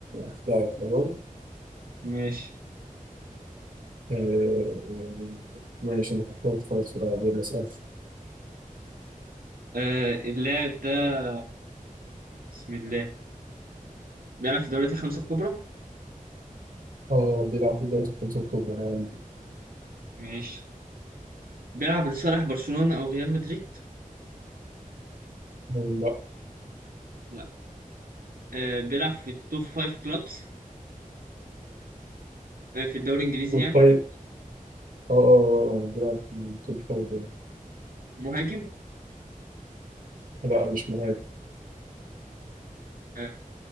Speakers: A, on the right; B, on the right.
A: في لاعب تمام؟
B: ماشي
A: آه، ماشي أنا فكرت خلاص في لاعب يلا اسأل
B: آه اللاعب ده بسم الله بيلعب في الدوريات الخمسه الكبرى
A: اه بيلعب في الدوري الخمسة الكبرى لا
B: ماشي بيلعب لصالح برشلونه او ريال مدريد
A: لا
B: لا آه بيلعب في التوب فايف كلابس آه في الدوري الانجليزي
A: توب
B: يعني
A: فايف اه اه آه، بيلعب في التوب فايف آه.
B: مهاجم
A: لا مش مهاجم
B: آه